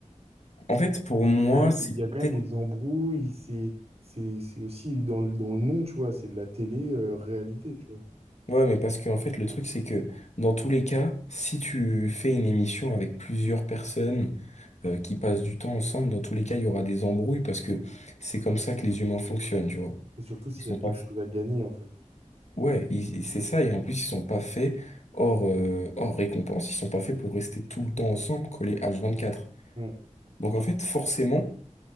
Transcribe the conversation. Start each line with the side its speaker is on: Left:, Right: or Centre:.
Left: En fait, pour
Right: Il
Left: moi,
Right: y a quand même,
Left: c'est
Right: il y a quand
Left: peut-être.
Right: même des embrouilles, c'est c'est c'est aussi dans le, dans le nom, tu vois, c'est de la télé-réalité, tu vois.
Left: Ouais, mais parce que en fait, le truc, c'est que dans tous les cas, si tu fais une émission avec plusieurs personnes euh, qui passent du temps ensemble, dans tous les cas, il y aura des embrouilles parce que c'est comme ça que les humains fonctionnent, tu vois.
Right: Et surtout s'il
Left: Ils sont
Right: y a quelque
Left: pas.
Right: chose à gagner, en fait.
Left: Ouais, ils- ils- c'est ça, et en plus, ils sont pas faits hors, euh, hors récompense, ils sont pas faits pour rester tout le temps ensemble, collés H24.
Right: Mm.
Left: Donc en fait, forcément,